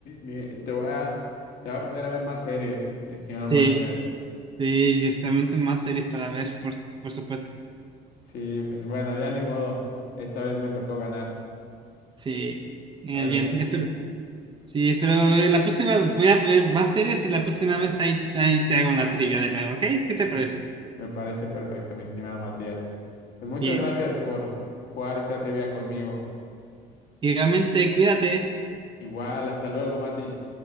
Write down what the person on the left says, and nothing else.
eh, te voy a, te voy a poner a ver más series, mi estimado
Matías.
Sí, pues bueno, ya ni modo. Esta vez me tocó ganar.
A ver
si las-
<laughs>
me parece perfecto, mi estimado Matías. Pues muchas
gracias por jugar esta trivia conmigo.
Igual, hasta luego, Mati.